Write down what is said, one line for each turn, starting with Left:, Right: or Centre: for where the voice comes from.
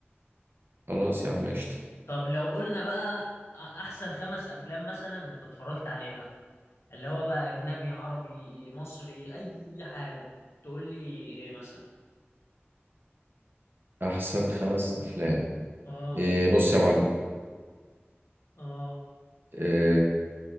Right: خلاص يا عم قشطة
Left: طب لو قلنا بقى احسن خمس افلام مثلا انت اتفرجت عليها اللي هو بقى اجنبي عربي مصري اي حاجة تقول لي ايه مثلا
Right: احسن خمس افلام
Left: اه
Right: إيه بص يا معلم
Left: اه
Right: إيه